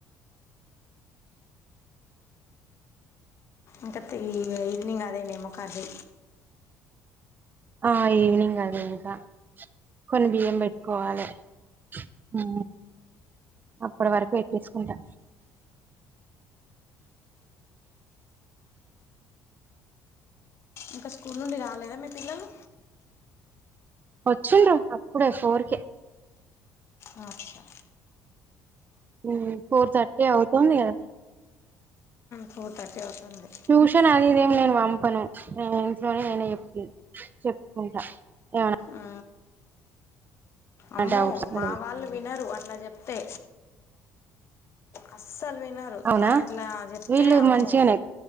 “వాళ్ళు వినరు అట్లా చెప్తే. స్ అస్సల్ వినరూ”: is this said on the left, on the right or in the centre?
Left